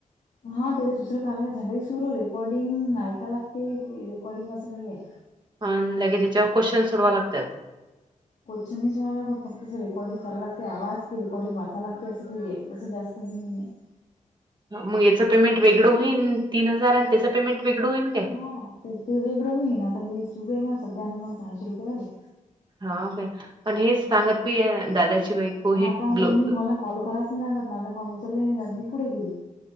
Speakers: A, on the left (about 65°); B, on the right (about 35°).
A: हा त्याला दुसरं कारण झालं सुरू रेकॉर्डिंग ऐका लागते की रेकॉर्डिंग असं काही आहे
B: अ लागे त्याच्यावर क्वेश्चन् सोडवा लागतात
A: क्चन मच्हाय लात फक्त अस रेकॉर्डंग कराय लागते आवाज क रेकॉर्डिंग वाचय लागते असं असं जास् काही नाही आहे
B: मग याच पेमेंट वेगळं होईन तीन हजार आणि त्याच पेमेंट वेगळं होईन काय?
A: हा तर ते वेगळं होईन आता हे सुरू आहे मणा सध्या आण म सहाशे रुपये आले
B: हा का पण हेच सांगत
A: हा
B: बी आहे दादाची बायको
A: पण
B: हे्लो
A: आता आता मी मला कॉल करायच नाही माझा कौल उचलले नाही जात मी पुढे गेली